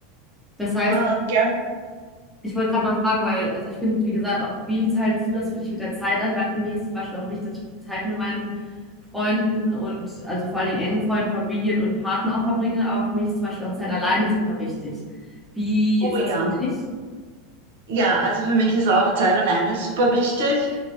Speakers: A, in the centre; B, on the right.
A: Das heißt,
B: Ähm, ja.
A: Ich wollte gerade noch fragen, weil, also ich finde, wie gesagt, auch wie teilst du das für dich mit der Zeit an? Weil für mich ist zum Beispiel auch wichtig, dass ich Zeit mit meinen Freunden und also vor allen Dingen engen Freunden, Familien und Partner auch verbringe. Aber für mich ist zum Beispiel auch Zeit alleine super wichtig. Wie
B: Oh
A: ist
B: ja.
A: das für dich?
B: Ja, also für mich ist auch Zeit alleine super wichtig.